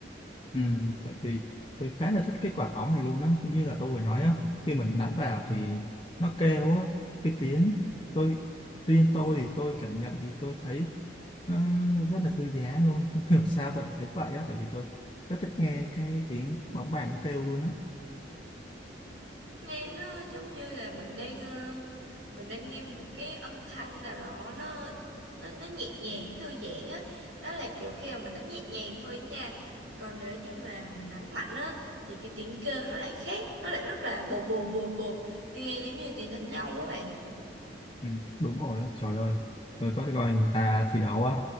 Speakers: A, on the left (about 25°); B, on the right (about 75°).
A: Ừ, tại vì tôi khá là thích cái quả bóng này luôn á giống như là tôi vừa nói á khi mình đánh vào thì nó kêu á cái tiếng tôi riêng tôi thì tôi cảm nhận thì tôi thấy nó rất là thư giãn luôn không hiểu sao tôi lại thấy vậy á tại vì tôi rất thích nghe cái tiếng bóng bàn nó kêu luôn á
B: nghe nó giống như là mình đang ờ, mình đang nghe một cái âm thanh nào đó nó nó nó nhẹ nhàng thư giãn á đó là kiểu khi mà mình đánh nhẹ nhàng thôi nha còn nếu như mà mình đánh mạnh á thì cái tiếng kêu nó lại khác nó lại rất là bột bột bột bột tôi nghe giống như tiếng đánh nhau quá bạn
A: ừ, đúng rồi á trời ơi tôi có coi người ta thi đấu á